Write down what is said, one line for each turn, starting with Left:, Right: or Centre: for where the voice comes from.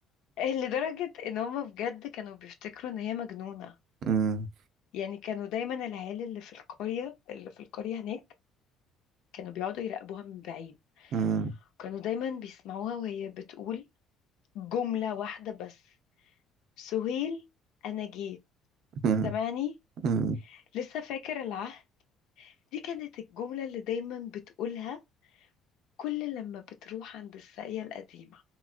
Left: <laughs> لدرجة ان هما بجد كانوا بيفتكروا ان هي مجنونة
Right: <laughs> مم.
Left: يعني كانوا دايما العيال اللي في القرية اللي في القرية هناك كانوا بيقعدوا يراقبوها من بعيد
Right: مم.
Left: كانوا دايما بيسمعوها وهي بتقول جملة واحدة بس سهيل انا جيت
Right: مم.
Left: سامعني
Right: مم.
Left: لسه فاكر العهد دي كانت الجملة اللي دايما بتقولها كل لما بتروح عند الساقية القديمة